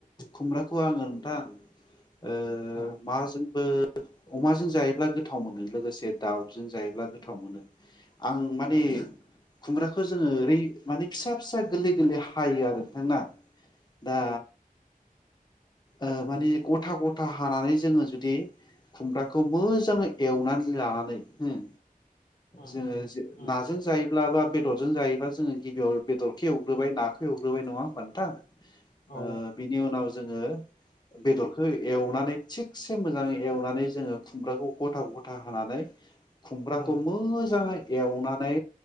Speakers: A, on the left; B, on the left.
A: खुमब्राखौ आङो नोंथां ओ
B: औ
A: माजोंबो अमाजों जायोब्ला गोथाव मोनो लोगोसे दाउजों जायोब्ला गोथाव मोनो। आं माने
B: औ
A: खुमब्राखौ जोङो ओरै माने फिसा फिसा गोरलै गोरलै हायो आरो नोंथां ना दा
B: औ
A: ओ माने गथा गथा हानानै जोङो जुदि खुमब्राखौ मोजाङै एवनानै लानानै ओम
B: उम
A: जोङो जे
B: उम
A: नाजों जायोब्ला बा बेदरजों जायोबा जोङो गिबियाव बेदरखौ एवग्रोबाय नाखौ एवग्रोबाय नङा होनबा नोथां? ओ
B: औ
A: बिनि उनाव जोङो बेदरखौ एवनानै थिगसे मोजाङै एवनानै जोङो खुमब्राखौ गथा गथा हानानै खुमब्राखौ
B: उम
A: मोजाङै एवनानै